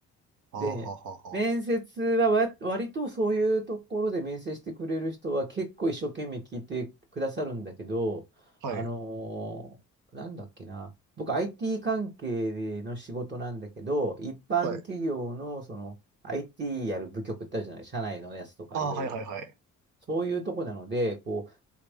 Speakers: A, on the right (about 85°); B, on the right (about 35°).
A: ああ、
B: で、
A: はははは。
B: 面接はわ割とそういうところで面接してくれる人は結構一生懸命聞いてくださるんだけど、
A: はい、
B: あのーなんだっけな、僕 IT 関係の仕事なんだけど、一般企業のその
A: はい。
B: IT やる部局ってあるじゃない、社内のやつとかいろいろ。
A: ああ、はい、はい、はい、
B: そういうとこなので、こう、